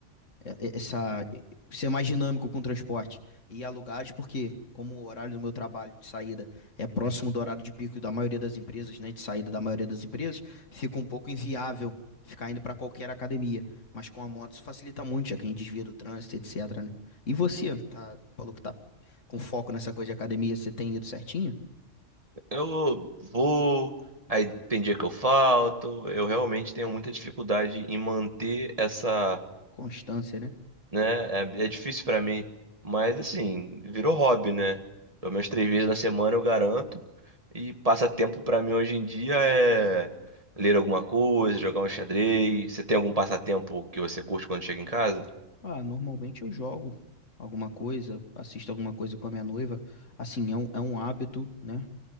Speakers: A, on the left (about 85°); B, on the right (about 30°).
A: é- é, essa, é, ser mais dinâmico com o transporte e ir a lugares, porque como o horário do meu trabalho de saída é próximo do horário de pico da maioria das empresas, né, de saída da maioria das empresas, fica um pouco inviável ficar indo para qualquer academia, mas com a moto isso facilita muito, já que a gente desvia do trânsito, etc, né? E você, tá, falou que tá com foco nessa coisa de academia, você tem ido certinho?
B: Eu vou, aí tem dia que eu falto. Eu realmente tenho muita dificuldade em manter essa
A: Constância, né?
B: né? É, é difícil pra mim, mas assim, virou hobby, né? Pelo menos três vezes na semana eu garanto. E passatempo pra mim hoje em dia é ler alguma coisa, jogar um xadrez. Você tem algum passatempo que você curte quando chega em casa?
A: Ah, normalmente eu jogo alguma coisa, assisto alguma coisa com a minha noiva. Assim, é um, é um hábito, né?